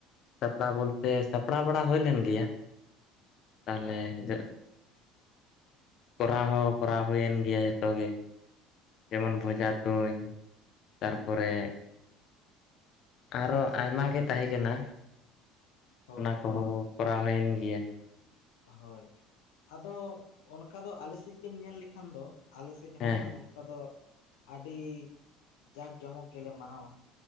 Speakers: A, on the left; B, on the left.
A: ᱥᱟᱯᱲᱟᱣ ᱵᱚᱞᱛᱮ ᱥᱟᱯᱲᱟᱣ ᱵᱟᱲᱟ ᱦᱩᱭ ᱞᱮᱱ ᱜᱮᱭᱟ ᱛᱟᱦᱚᱞᱮ
B: ᱚ
A: ᱡᱟ ᱠᱚᱨᱟᱣ ᱦᱚᱸ ᱠᱚᱨᱟᱣ ᱦᱩᱭᱮᱱ ᱜᱮᱭᱟ ᱡᱚᱛᱚ ᱜᱮ᱾ ᱡᱮᱢᱚᱱ ᱵᱷᱚᱡᱟ
B: ᱚ
A: ᱛᱩᱧ ᱛᱟᱨᱯᱚᱨᱮ, ᱟᱨᱚ ᱟᱭᱢᱟ ᱜᱮ ᱛᱟᱦᱮᱸ ᱠᱟᱱᱟ,
B: ᱦᱳᱭ
A: ᱚᱱᱟ ᱠᱚᱦᱚᱸ
B: ᱦᱳᱭ ᱦᱳᱭ
A: ᱠᱚᱨᱟᱣ ᱦᱩᱭᱮᱱ ᱜᱮᱭᱟ᱾
B: ᱦᱳᱭ ᱟᱫᱚ ᱚᱱᱠᱟ ᱫᱚ ᱟᱞᱮ ᱥᱮᱫ ᱵᱤᱱ ᱧᱮᱞ ᱞᱮᱠᱷᱟᱱ ᱫᱚ ᱟᱞᱮ ᱥᱮᱫ
A: ᱦᱮᱸ
B: ᱦᱚᱸ ᱦᱟᱸᱜ ᱚᱱ ᱠᱟ ᱫᱚ ᱟᱹᱰᱤ ᱡᱟᱠ ᱡᱚᱢᱚᱠ ᱜᱮᱞᱮ ᱢᱟᱱᱟᱣᱟ᱾